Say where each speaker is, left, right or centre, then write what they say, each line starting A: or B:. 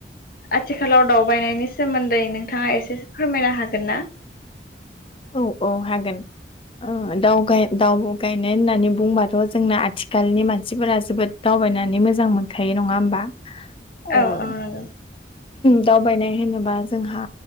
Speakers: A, on the left; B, on the left.
A: आथिखालाव दावबायनायनि सोमोन्दै नोंथाङा एसेसो फोरमायनो हागोन ना
B: औ औ हागोन दाउ गायनाय होननानै बुंबाथ' जोंना आथिखालनि मानसिफोरा जोबोद दा बायनानै मोजां मोनखायो नङा होमबा
A: औ
B: ओ
A: औ
B: दावबायनाय होनोबा जोंहा